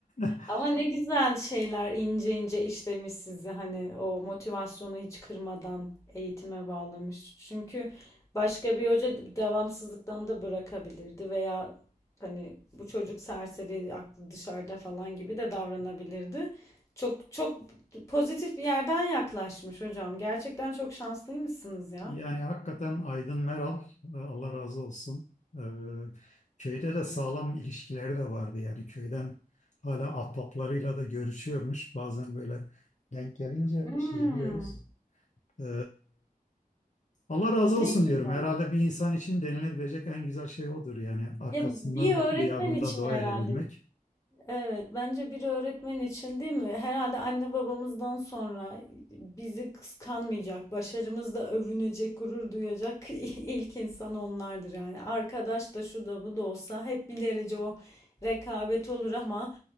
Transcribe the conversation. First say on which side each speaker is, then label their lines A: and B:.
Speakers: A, on the left; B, on the left.
A: <laughs>
B: ama ne güzel şeyler ince ince işlemiş sizi hani o motivasyonu hiç kırmadan eğitime bağlamış. Çünkü başka bir hoca devamsızlıktan da bırakabilirdi veya hani bu çocuk serseri aklı dışarıda falan gibi de davranabilirdi. Çok çok pozitif bir yerden yaklaşmış hocam. Gerçekten çok şanslıymışsınız ya.
A: Yani hakikaten Aydın Meral, e, Allah razı olsun. E, Köyde de sağlam ilişkileri de vardı yani köyden hala ahbaplarıyla da görüşüyormuş. Bazen böyle denk gelince
B: Hmm,
A: şey diyoruz. E, Allah razı
B: ne
A: olsun
B: güzel.
A: diyorum. Herhalde bir insan için denilebilecek en güzel şey odur yani arkasından
B: Ya bir öğretmen
A: gıyabında
B: için
A: dua
B: herhalde
A: edebilmek.
B: Evet, bence bir öğretmen için değil mi? Herhalde anne babamızdan sonra bizi kıskanmayacak, başarımızla övünecek, gurur duyacak <laughs> ilk insan onlardır yani. Arkadaş da şu da bu da olsa hep bir derece o rekabet olur ama